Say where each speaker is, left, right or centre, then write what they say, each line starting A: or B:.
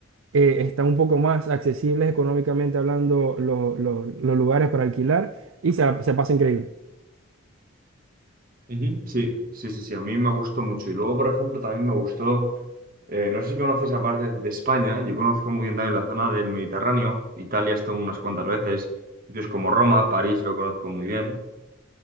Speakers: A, on the right; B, on the right.
A: eh, está un poco más accesibles económicamente hablando los, los- los lugares para alquilar y se, se pasa increíble.
B: Ujú. Sí, sí, sí, sí, a mí me gustó mucho. Y luego, por ejemplo, también me gustó, eh, no sé si conoces aparte de España, yo conozco muy bien también la zona del Mediterráneo, Italia estuve unas cuantas veces, sitios como Roma, París lo conozco muy bien.